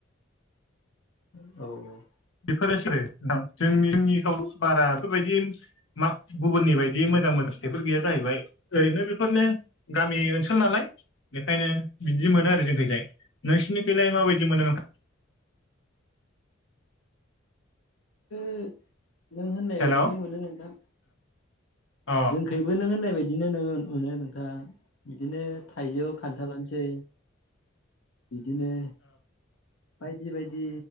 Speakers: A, on the left; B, on the left.
A: औ
B: बेफोरोसो जोंनि ओनसोलआव बारा बेफोरबायदि मा गुबुननि बायदि मो मोजां मोजां स्टेफोर गैया जाहैबाय ओरैनो बेफोरनो गामि ओनसोल नालाय बेखायनो बिदि मोनो आरो जोंनिखैजाय नोंसिनिखैलाय माबायदि मोनो नों
A: होम नों होननाय
B: हेल'
A: बायदिनो
B: अ
A: मोनो नोंथां
B: अ
A: जोंखैबो नों होननाय बायदि बिदिनो नोङो मोनो नोंथां बिदिनो थाइजौआव खान्थालानोसै बिदिनो बायदि-बायदि